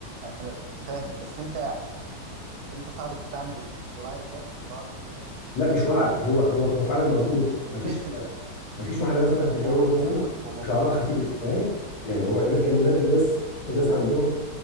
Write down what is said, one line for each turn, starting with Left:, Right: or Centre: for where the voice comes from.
Right: انا فاهم بس انت انت صعب تعمل الوعي ده لبعض الفئات
Left: لا مش وعي هو هو هو فعلا موجود
Right: وفكرة
Left: مفيش مفيش واحده مثلا هتتجوز
Right: هو موجود
Left: مثلا
Right: هو موجود
Left: وشعرها خفيف فاهم يعني هو إن إن الناس الناس عندهم